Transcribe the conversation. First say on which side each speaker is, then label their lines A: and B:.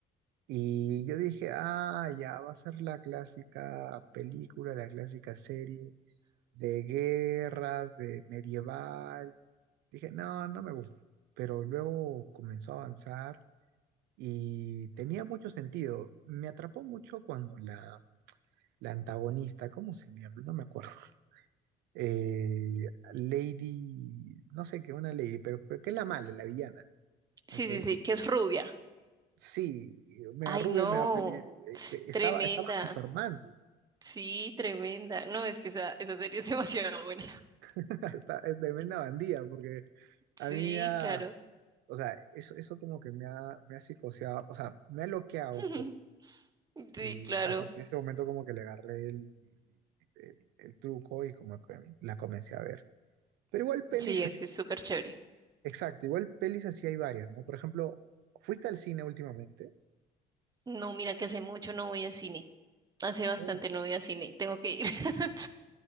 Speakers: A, on the right; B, on the right.
A: Y yo dije, ah, ya va a ser la clásica película, la clásica serie de guerras, de medieval. Dije, no, no me gusta. Pero luego comenzó a avanzar y tenía mucho sentido. Me atrapó mucho cuando la, la antagonista, ¿cómo se llama? No me acuerdo eh, Lady, no sé qué, una Lady, pero, pero que es la mala, la villana,
B: sí,
A: ¿ok?
B: sí, sí, que es rubia.
A: Sí, me
B: Ay,
A: arrugué,
B: no,
A: me apelé, eh, que estaba,
B: tremenda.
A: estaba con su hermano,
B: Sí, tremenda. No, es que esa, esa serie es <laughs> demasiado buena.
A: <laughs> está, es tremenda bandida, porque a
B: Sí,
A: mí me ha,
B: claro.
A: o sea, eso, eso como que me ha, me ha psicoseado, o sea, me ha bloqueado
B: <laughs>
A: un poco,
B: Sí,
A: y
B: claro.
A: a partir de ese momento como que le agarré el, el, el truco y como que la comencé a ver. Pero igual pelis
B: Sí,
A: así,
B: es que es súper chévere.
A: exacto, igual pelis así hay varias, ¿no? Por ejemplo, ¿fuiste al cine últimamente?
B: No, mira que hace mucho no voy a cine. Hace bastante
A: Mm.
B: no voy a cine. Tengo que ir. <laughs>